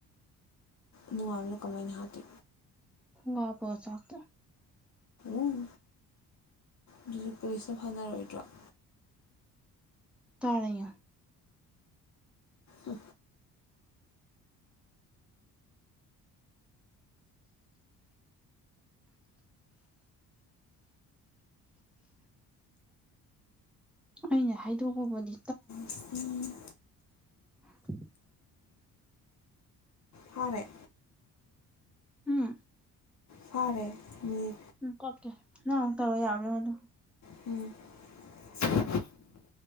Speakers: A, on the left (about 45°); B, in the centre.
A: ꯅꯨꯡꯉꯕꯅ ꯀꯃꯥꯏꯅ ꯍꯥꯏꯗꯤ
B: ꯋꯥꯄ ꯆꯥꯛ
A: ꯎꯝ ꯑꯗꯨ ꯄꯁ ꯐꯥꯟꯅꯔꯣꯏ ꯗꯔꯣ꯫
B: ꯇꯥꯔ
A: ꯑ
B: ꯑꯩꯅ ꯍꯥꯏꯗꯣꯛꯕꯗꯤ
A: ꯎꯝ
B: <inaudible>
A: ꯐꯔꯦ
B: ꯎꯝ
A: ꯐꯔꯦ ꯃꯤ
B: ꯎ ꯀꯀ ꯅꯨ ꯇꯔꯣ ꯌꯥꯕꯔꯥ ꯌꯦꯡꯃꯣ
A: ꯎꯝ